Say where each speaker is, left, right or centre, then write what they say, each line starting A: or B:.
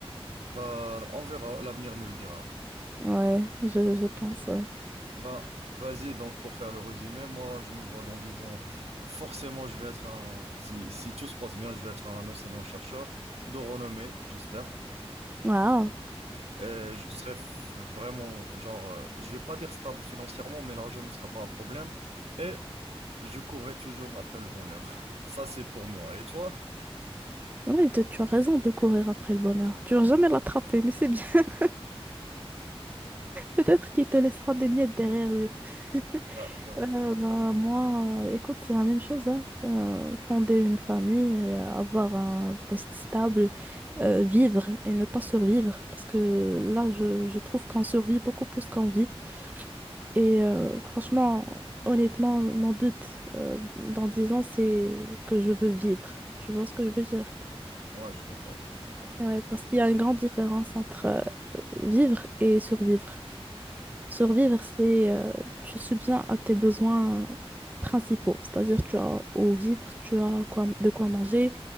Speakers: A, on the right; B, on the right.
A: Bah, on verra, l'avenir nous le dira.
B: Ouais, je, je pense, ouais.
A: Bah, vas-y, donc, pour faire le résumé, moi, je me vois dans 10 ans. Forcément, je vais être un, si, si tout se passe bien, je vais être un enseignant-chercheur de renommée, j'espère.
B: Waouh.
A: Et je serai f- vraiment, genre, euh, je vais pas dire stable financièrement, mais l'argent ne sera pas un problème. Et Je courrais toujours après le bonheur. Ça, c'est pour moi. Et toi?
B: Oui, tu tu as raison de courir après le bonheur. Tu vas jamais l'attraper, mais c'est bien. <laughs> Peut-être qu'il te laissera des miettes derrière lui. <laughs>
A: Bah, bah,
B: Euh, ben, moi, euh, écoute, c'est la même chose, hein. Euh, fonder une famille, euh, avoir un poste stable, euh, vivre et ne pas survivre. Parce que là, je, je trouve qu'on survit beaucoup plus qu'on vit. Et euh, franchement, honnêtement, mon but euh, dans 10 ans, c'est que je veux vivre. Tu vois ce que je veux dire?
A: ouais, je comprends. Je comprends.
B: Ouais, parce qu'il y a une grande différence entre euh, vivre et survivre. Survivre, c'est euh, tu subviens à tes besoins euh, principaux, c'est-à-dire tu as au vivre, tu as quoi, de quoi manger,